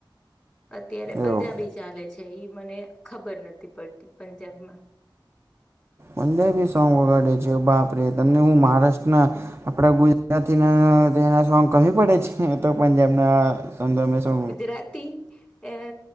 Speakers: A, in the centre; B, on the right (about 30°).
A: અત્યારે પંજાબી
B: એવું
A: ચાલે છે, ઈ મને ખબર નથી પડતી પંજાબમાં
B: પંજાબી સોંગ વગાડે છે, બાપ રે તમને હું મહારાષ્ટ્રના આપડા ગુજરાતીના તેના સોંગ કમી પડે છે. હે તો પંજાબના સોગ ગમે સૌ
A: રાતી એ